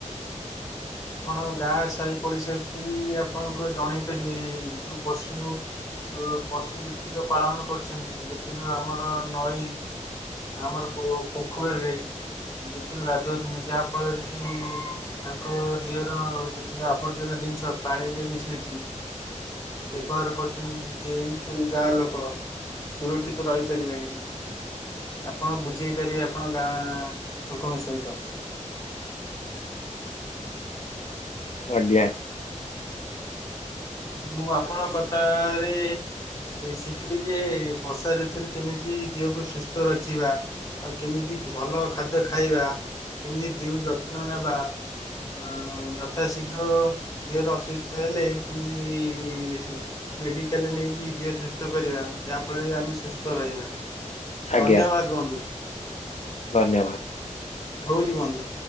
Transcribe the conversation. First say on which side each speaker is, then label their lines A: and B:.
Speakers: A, on the left; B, on the left.
A: କଣ ଗାଁ ସାହି ପଡି଼ଶାକୁ ବି ଆପଣଙ୍କ ଜଣେଇ ପାରିବେ ଏଇ ଯୋଉ ପଶୁ- ଅ ପଶୁ ଯେତିକ ପାଳନ କରୁଛନ୍ତି ଯେତିକି ଆମର ନଈ ଆମର ପୋ ପୋଖରୀରେ ଯେତିକ ଗାଧୋଉଚନ୍ତି ଯାହା ଫଳରେ କି ତାଙ୍କ ଦିହର ଯେତିକି ଆବର୍ଜନା ଜିନିଷ ପାଣିରେ ମିଶୁଚି। ବ୍ୟବହାର କରୁଚନ୍ତି ଯେହେତୁ ଗାଁ ଲୋକ। ସୁରକ୍ଷିତ ରହିପାରିବେନି। ଆପଣ ବୁଝେଇ ପାରିବେ ଆପଣ ଗାଁ ଲୋକଙ୍କ ସହିତ।
B: ଆଜ୍ଞା।
A: ମୁଁ ଆପଣ କଥାରେ ଶିକିଲି ଯେ ବର୍ଷା ଋତୁରେ କେମି ତି ଦେହକୁ ସୁସ୍ଥ ରଖିବା ଆଉ କେମିତି ଭଲ ଖାଦ୍ୟ ଖାଇବା। କେମିତି ଦିଉ ଯତ୍ନ ନେବା। ଅଁ ଯଥା ଶୀଘ୍ର ଦେହର ଅସୁସ୍ଥ ହେଲେ କେମିତି ମିଳିମିଶୁ ମେଡ଼ିକାଲ୍ ନେଇକି ଦେହ ସୁସ୍ଥ କରିବା ଯାହା ଫଳରେ ଆମେ ସୁସ୍ଥ ରହିବା।
B: ଆଜ୍ଞା
A: ଧନ୍ୟବାଦ ବନ୍ଧୁ
B: ଧନ୍ୟବାଦ୍।
A: ରହୁଚି ବନ୍ଧୁ।